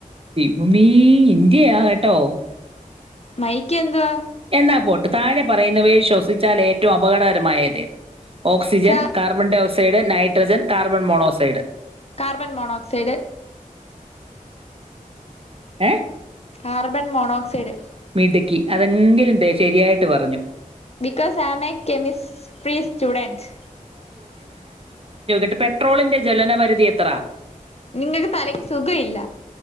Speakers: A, on the right; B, on the left.
A: മമ്മി ഇന്ത്യ ആ കേട്ടോ
B: മൈക്ക എന്തുവാ?
A: എന്നാ പോട്ട് താഴെ പറയുന്നവയിൽ ശ്വസിച്ചാൽ ഏറ്റവും അപകടകരമായത് ഏത് ഓക്സിജൻ,
B: കാ
A: carbon -dioxide, nitrogen, carbon monoxide
B: carbon monoxide
A: എ
B: കാർബൺ മോണോക്സൈഡ്
A: മിടുക്കി അതേ ഒന്ന് എങ്കിലും ശരിയായിട്ട് പറഞ്ഞു
B: because I am a chemistry student
A: ട്ട് പെട്രോളിന്റെ ജലനപരിധി എത്രാ?
B: നിങ്ങൾക്ക് തലക്ക് സുഖം ഇല്ല